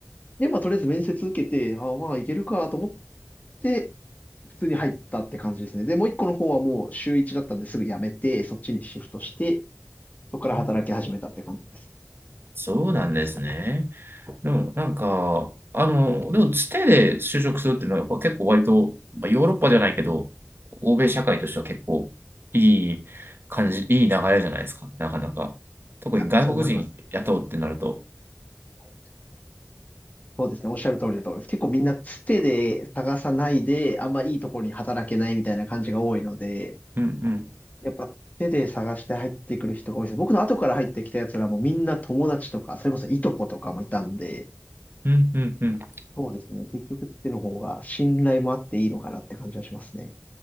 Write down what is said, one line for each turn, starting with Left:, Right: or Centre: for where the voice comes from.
Left: で、まあ、とりあえず面接受けて、あまあ、いけるかと思って、普通に入ったって感じですね。で、もう一個の方はもう週一だったんですぐ辞めて、そっちにシフトして、そこから働き始めたって感じです。
Right: うんそうなんですね。でも、なんか、あの、でも、つてで就職するっていうのは、やっぱ結構割と、まあ、ヨーロッパではないけど、欧米社会としては結構いい感じ、いい流れじゃないですか、なかなか。特に外国人雇うってなると。
Left: いや、そう思います。はい。そうですね。おっしゃる通りだと思います。結構みんなつてで探さないで、あんまいいところに働けないみたいな感じが多いので、
Right: うんうん、
Left: やっぱ手で探して入ってくる人が多いです。僕の後から入ってきたやつらもみんな友達とか、それこそいとことかもいたんで、
Right: うん、うん、うん。
Left: そうですね。結局手の方が信頼もあっていいのかなって感じはしますね。